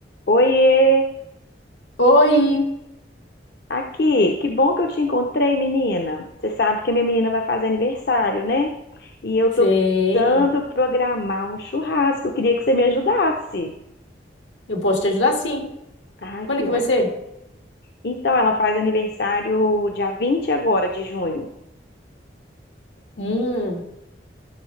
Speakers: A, on the left (about 60°); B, on the left (about 85°).
A: Oiê!
B: Oi!
A: Aqui, que bom que eu te encontrei, menina. Você sabe que a minha menina vai fazer aniversário, né? E eu
B: Sei.
A: tô precisando programar um churrasco. Eu Queria que você me ajudasse.
B: Eu posso te ajudar sim.
A: Ai,
B: Quando
A: que
B: é que
A: ótimo.
B: vai ser?
A: Então, ela faz aniversário dia 20 agora de junho.
B: Hum,